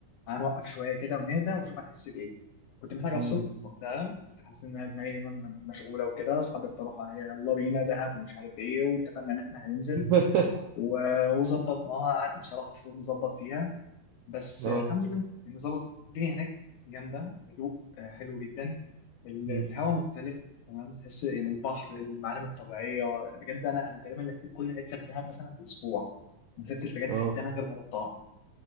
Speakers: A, on the left (about 70°); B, on the right (about 80°).
A: هنوقف شوية كده ونهدى ونشوف هنحس بإيه كنت محتاج أفصل
B: مم.
A: وقتها كنت حاسس إن أنا دماغي دايما مشغولة وكده أصحابي اقترحوا عليا يلا بينا دهب ومش عارف إيه واتفقنا إن إحنا هننزل
B: <laughs>
A: و- وظبطناها قعدنا بصراحة شهور نظبط فيها بس
B: اه
A: آه، الحمد لله يعني ظبطت الدنيا هناك جامدة هدوء آه، حلو جدا ال-
B: مم.
A: الهواء مختلف تمام تحس يعني البحر المعالم الطبيعية بجد أنا أنا تقريبا لفيت كل حتة في دهب مثلا في أسبوع ما سبتش بجد
B: اه
A: حتة أنا غير ما رحتها